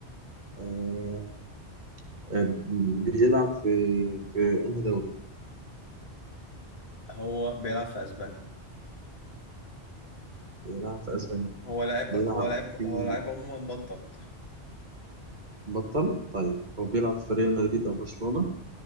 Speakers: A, on the right; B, on the left.
A: آه آه بيلعب في في أنهي دوري؟
B: هو بيلعب في اسبانيا
A: بيلعب في أسبانيا
B: هو لاعب
A: بيلعب
B: هو لاعب
A: في
B: هو لاعب عموما بطل
A: بطل طيب هو بيلعب في ريال مدريد أو برشلونة